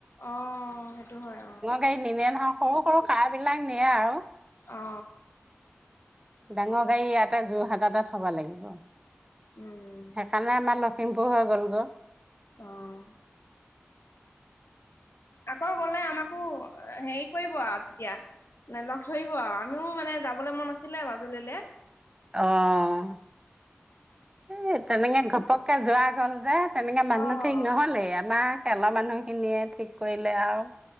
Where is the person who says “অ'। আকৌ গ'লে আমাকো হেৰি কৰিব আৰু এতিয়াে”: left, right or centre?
Left